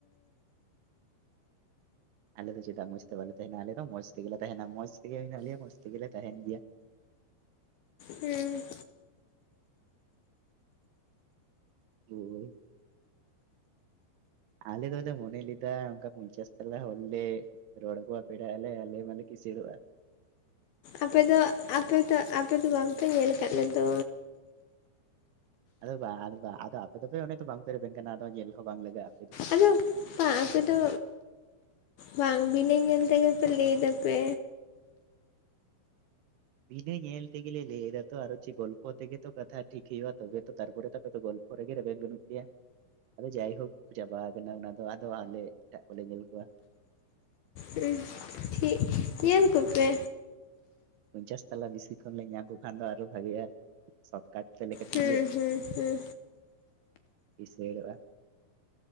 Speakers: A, on the right; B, on the left.
A: ᱟᱞᱮ ᱫᱚ ᱪᱮᱫᱟᱜ ᱢᱚᱡᱽ ᱛᱮ ᱵᱟᱞᱮ ᱛᱟᱦᱮᱱᱟ ᱟᱞᱮ ᱫᱚ ᱢᱚᱡᱽ ᱛᱮᱜᱮᱞᱮ ᱛᱟᱦᱮᱱᱟ ᱢᱚᱡᱽ ᱛᱮᱜᱮ ᱢᱮᱱᱟᱜ ᱞᱮᱭᱟ ᱢᱚᱡᱽ ᱛᱮᱜᱮᱞᱮ ᱛᱟᱦᱮᱱ ᱜᱮᱭᱟ᱾
B: ᱦᱩᱸ᱾
A: ᱦᱳᱭ᱾ ᱟᱞᱮ ᱫᱚᱞᱮ ᱢᱚᱱᱮ ᱞᱮᱫᱟ ᱚᱱᱠᱟ ᱯᱚᱧᱪᱟᱹᱥ ᱛᱟᱞᱟ ᱦᱚᱲᱞᱮ ᱨᱚᱲ ᱟᱠᱚᱣᱟ ᱯᱮᱲᱟᱜ ᱟᱞᱮ, ᱟᱞᱮ ᱢᱟᱞᱮ ᱠᱤᱥᱟᱹᱲᱚᱜ-ᱟ᱾
B: ᱟᱯᱮ ᱫᱚ, ᱟᱯᱮ ᱫᱚ, ᱟᱯᱮ ᱫᱚ ᱵᱟᱝᱯᱮ ᱧᱮᱞ ᱟᱠᱟᱫ ᱞᱮᱫᱚ᱾
A: ᱟᱫᱚ ᱵᱟᱝ ᱵᱟ ᱟᱫᱚ ᱟᱯᱮ ᱫᱚᱯᱮ ᱚᱱᱮ ᱛᱚ ᱵᱟᱝ ᱯᱮ ᱨᱮᱵᱮᱱ ᱠᱟᱱᱟ ᱟᱫᱚ ᱧᱮᱞ ᱦᱚᱸ ᱵᱟᱝ ᱞᱟᱜᱟᱜ-ᱟ᱾
B: ᱟᱫᱚ ᱵᱟᱸ ᱟᱯᱮᱫᱚ ᱵᱟᱝ ᱵᱤᱱᱟᱹ ᱧᱮᱞ ᱛᱮᱜᱮ ᱯᱮ ᱞᱟᱹᱭ ᱫᱟᱯᱮ᱾
A: ᱵᱤᱱᱟᱸ ᱧᱮᱞ ᱛᱮᱜᱮ ᱞᱮ ᱞᱟᱹᱭ ᱮᱫᱟ ᱛᱚ ᱟᱨᱪᱮ ᱜᱚᱞᱯᱦᱚ ᱛᱮᱜᱮ ᱛᱚ ᱠᱟᱛᱷᱟ ᱴᱷᱤᱠ ᱦᱭᱩᱜ-ᱟ ᱛᱚᱵᱮ ᱛᱚ ᱛᱟᱨᱯᱟᱨᱮ ᱛᱟᱯᱮ ᱛᱚ ᱜᱚᱞ ᱚᱚᱨᱮ ᱜᱮ ᱨᱮᱵᱮᱱ ᱵᱟᱹᱱᱩᱜ ᱯᱮᱭᱟ᱾ ᱟᱫᱚ ᱡᱟᱭᱦᱳᱠ ᱪᱟᱵᱟ ᱟᱠᱟᱱᱟ ᱚᱱᱟ ᱫᱚ ᱟᱫᱚ ᱟᱞᱮ ᱮᱴᱟᱜ ᱠᱚᱞᱮ ᱧᱮᱞ ᱠᱚᱣᱟ᱾
B: ᱦᱮᱸ ᱴᱷᱤᱠ ᱧᱮᱞ
A: ᱮ
B: ᱠᱚᱯᱮ᱾
A: ᱯᱚᱧᱪᱟᱥ ᱛᱟᱞᱟ ᱵᱮᱥᱤ ᱠᱷᱚᱱ ᱞᱮ ᱧᱟᱢ ᱠᱚ ᱠᱷᱟᱱ ᱫᱚ ᱟᱨᱚ ᱵᱷᱟᱜᱮᱜ-ᱟ᱾ ᱥᱚᱴᱠᱟᱴ ᱛᱮᱞᱮ ᱠᱟᱹᱴᱤᱡᱽ
B: ᱦᱩᱸ
A: ᱞᱮ
B: ᱦᱩᱸ ᱦᱩᱸ
A: ᱠᱤᱥᱟᱹᱲᱚᱜ-ᱟ᱾